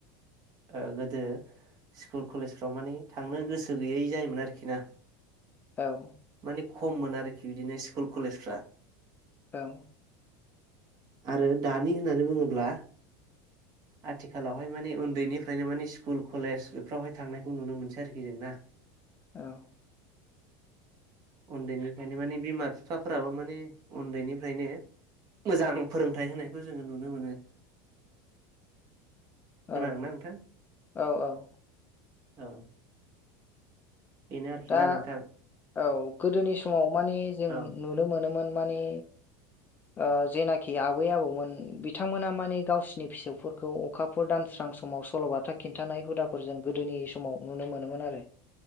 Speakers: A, on the right (about 40°); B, on the left (about 20°).
A: ओ गोदो स्कुल कलेजफ्राव माने थांनो गोसो गैयै जायोमोन आरोखि ना
B: औ
A: नि खममोन आरोखि बिदिनो स्कुल कलेजफ्रा
B: औ
A: आरो दानि होननानै बुङोब्ला
B: <inaudible>
A: आथिखालावहाय माने उन्दैनिफ्रायनो माने स्कुल कलेज बेफ्रावहाय थांनायखौ नुनो मोनसै आरोखि जों ना
B: औ
A: उन्दैनिफ्रायनो माने बिमा बिफाफोराबो माने उन्दैनिफ्रायनो मोजां फोरोंथाइ होनायखौ जोङो नुनो मोनो।
B: औ
A: खोनादोंना नोंथां
B: औ औ
A: औ बेनो आरोखि
B: दा
A: ना नोंथां
B: औ गोदोनि समाव माने जों
A: औ
B: नुनो मोनोमोन माने ओ जेनाखि आबै आबौमोन बिथांमोना माने गावसिनि फिसौफोरखौ अखाफोर दानस्रा सां समाव सल'बाथा खिन्थानाय हुदाफोरजों गोदोनि समाव नुनो मोनोमोन आरो